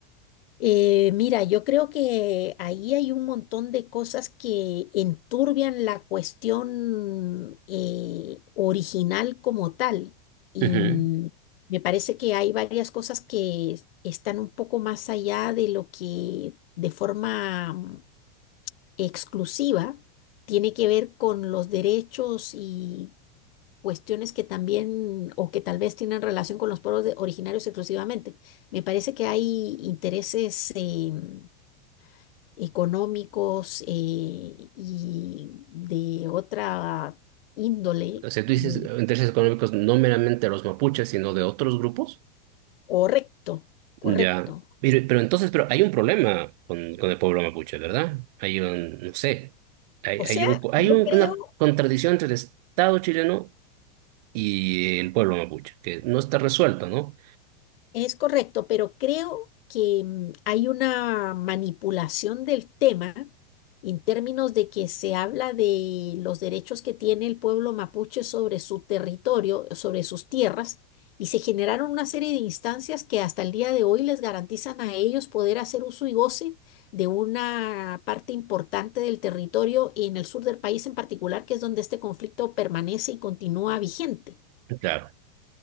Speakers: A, on the left; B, on the right.
A: Eh, mira, yo creo que ahí hay un montón de cosas que enturbian la cuestión eh, original como tal. Y
B: Ujú.
A: mm, me parece que hay varias cosas que están un poco más allá de lo que de forma mm, exclusiva tiene que ver con los derechos y cuestiones que también o que tal vez tienen relación con los pueblos de- originarios exclusivamente. Me parece que hay intereses... em, económicos eh, y de otra índole,
B: O sea, tú dices
A: eh,
B: eh, intereses económicos no meramente de los mapuches, sino de otros grupos.
A: correcto, correcto.
B: Ya. Pero, pero entonces, pero hay un problema con, con el pueblo mapuche, ¿verdad? Hay un, no sé, hay,
A: O
B: hay
A: sea,
B: un, hay
A: yo
B: un-
A: creo
B: una contradicción entre el Estado chileno y el pueblo mapuche, que no está resuelta, ¿no?
A: Es correcto, pero creo que mm, hay una manipulación del tema en términos de que se habla de los derechos que tiene el pueblo mapuche sobre su territorio, sobre sus tierras, y se generaron una serie de instancias que hasta el día de hoy les garantizan a ellos poder hacer uso y goce de una parte importante del territorio y en el sur del país en particular, que es donde este conflicto permanece y continúa vigente.
B: Claro,